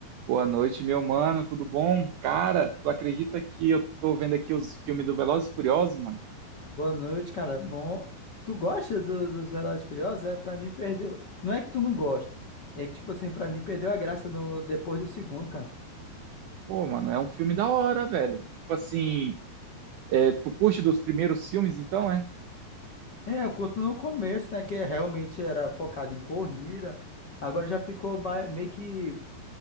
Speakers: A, on the right (about 80°); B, on the left (about 55°).
A: Boa noite, meu mano, tudo bom? Cara, tu acredita que eu tô vendo aqui os filmes do Velozes e Furiosos, mano?
B: Boa noite, cara. Bom, tu gosta do- dos Velozes e Furiosos? É, pra mim perdeu. Não é que tu não gosta. É que, tipo assim, pra mim perdeu a graça no depois do segundo, cara.
A: Pô, mano, é um filme da hora, velho. Tipo assim, é, tu curte dos primeiros filmes, então, é?
B: É, eu curto no começo, né? Que realmente era focado em corrida. Agora já ficou ba- meio que.